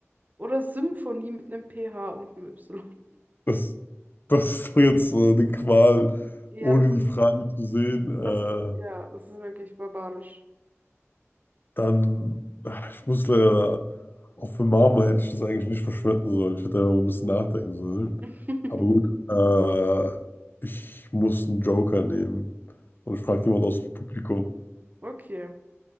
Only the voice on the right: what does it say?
Oder Symphonie mit einem P H und einem Y.
Ja,
das,
das
ist, ja, das ist wirklich barbarisch.
<laughs>
Okay.